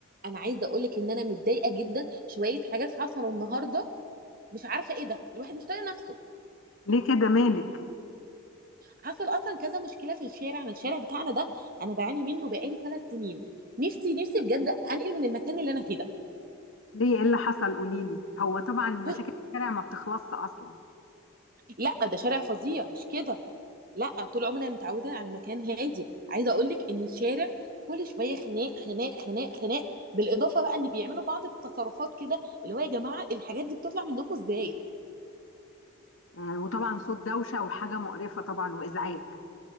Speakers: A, on the right; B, on the left.
A: انا عايزه اقول لك ان انا متضايقه جدا شويه حاجات حصلوا النهارده مش عارفه ايه ده الواحد مش طايق نفسه
B: ليه كده مالك
A: حصل اصلا كذا مشكله في الشارع انا الشارع بتاعنا ده انا بعاني منه بقالي ثلاث سنين نفسي نفسي بجد انقل من المكان اللي انا فيه ده
B: ليه ايه اللي حصل قوليلي هو طبعا مشاكل
A: ب-
B: الشارع ما بتخلصش اصلا
A: لا ده شارع فظيع مش كده لا طول عمري انا متعوده على المكان هادي عايزه اقول لك ان الشارع كل شويه خناق خناق خناق خناق بالاضافه بقى ان بيعملوا بعض التصرفات كده اللي هو يا جماعه الحاجات دي بتطلع منكم ازاي
B: آه، وطبعا صوت دوشه وحاجه مقرفه طبعا وازعاج